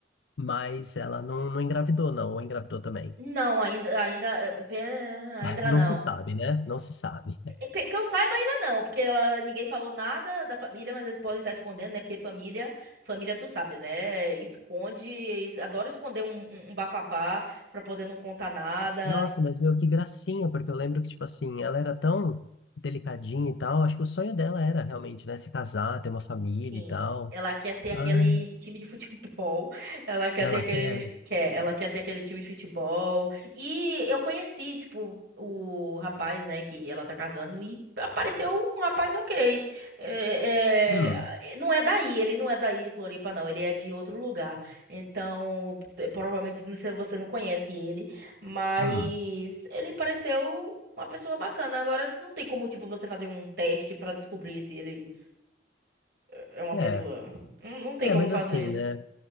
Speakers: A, on the left (about 75°); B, on the right (about 65°).
A: Mas ela não, não engravidou, não, ou engravidou também.
B: Não, ainda, ainda, eh, pe- ainda
A: <laughs> Não
B: não.
A: se sabe, né? Não se sabe.
B: E pe- Que eu saiba ainda não, porque ela, ninguém falou nada da família, mas eles podem estar escondendo, né? Porque família, família tu sabe, né? Esconde, es- adora esconder um, um um bafafá pra poder não contar nada.
A: Nossa, mas meu, que gracinha, porque eu lembro que, tipo assim, ela era tão delicadinha e tal. Acho que o sonho dela era realmente, né? Se casar, ter uma família
B: Sim.
A: e tal.
B: Ela quer ter
A: Ah,
B: aquele time de futebol. <laughs> Ela quer
A: ela
B: ter aquele.
A: quer.
B: Quer, ela quer ter aquele time de futebol. E eu conheci, tipo, o rapaz, né, que ela tá casando, e apareceu um rapaz ok. É,
A: Hum,
B: é, não é daí, ele não é daí de Floripa, não. Ele é de outro lugar. Então, t- provavelmente não sei- você não conhece ele, mas
A: hum.
B: ele pareceu uma pessoa bacana. Agora, não tem como, tipo, você fazer um teste pra descobrir se ele é uma
A: É,
B: pessoa. Não, não tem
A: é,
B: como
A: mas
B: fazer
A: assim,
B: isso.
A: né?